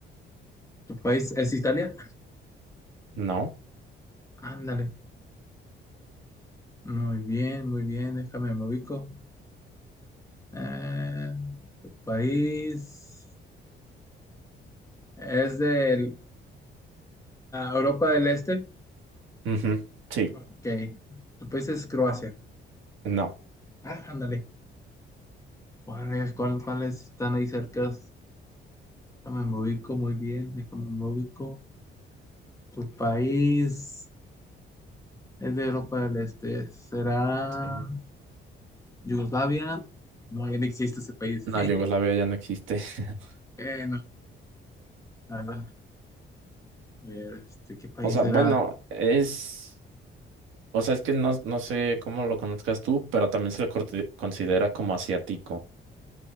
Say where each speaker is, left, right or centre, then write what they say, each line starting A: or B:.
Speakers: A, on the left (about 15°); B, on the right (about 85°).
A: ¿Tu país es Italia?
B: no.
A: Ándale. Muy bien, muy bien. Déjame, me ubico. Eh, ¿tu país es de Europa del Este?
B: Ujú, Sí,
A: Ok. ¿Tu país es Croacia?
B: no.
A: Ah, ándale. ¿Cuáles, cuál- cuáles están ahí cerca? Déjame, me ubico muy bien. Déjame, me ubico. ¿Tu país? Es de Europa del Este. ¿Será
B: Sí.
A: Yugoslavia? No, ya no existe ese país.
B: No, Yugoslavia
A: <laughs>
B: ya no existe. <laughs>
A: Bueno, a ver, a ver, este, ¿qué país
B: O sea,
A: era?
B: bueno, es. O sea, es que no, no sé cómo lo conozcas tú, pero también se le corte- considera como asiático.